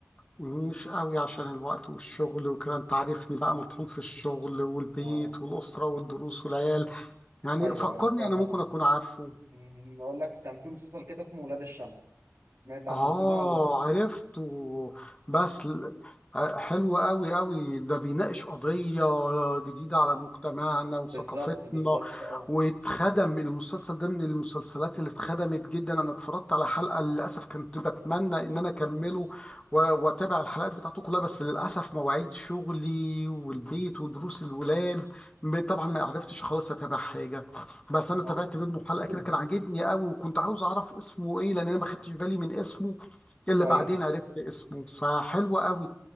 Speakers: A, on the left; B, on the right.
A: مش قوي عشان الوقت والشغل وكده انت عارفني بقى مطحون في الشغل والبيت
B: اه
A: والأسرة والدروس والعيال يعني
B: ايوه
A: فكرني
B: ايوه فاهم
A: انا
B: قصدك
A: ممكن اكون عارفه
B: أمم، اقول لك كان في مسلسل كده اسمه ولاد الشمس سمعت عن
A: آه
B: الاسم ده ولا لا
A: عرفته بس ل- ع- حلو أوي أوي ده بيناقش قضية جديدة على مجتمعنا وثقافتنا
B: بالظبط بالظبط اه
A: واتخدم المسلسل ده من المسلسلات اللي اتخدمت جدا أنا اتفرجت على حلقة للأسف كنت بتمنى إن أنا أكمله و- وأتابع الحلقات بتاعته كلها بس للأسف مواعيد شغلي والبيت ودروس الولاد م- طبعا ما عرفتش خالص أتابع حاجة بس انا
B: هو
A: تابعت منه حلقه
B: <clears throat>
A: كده كان عاجبني قوي وكنت عاوز اعرف اسمه ايه لان انا ما خدتش بالي من اسمه الا
B: ايوه
A: بعدين عرفت اسمه فحلو قوي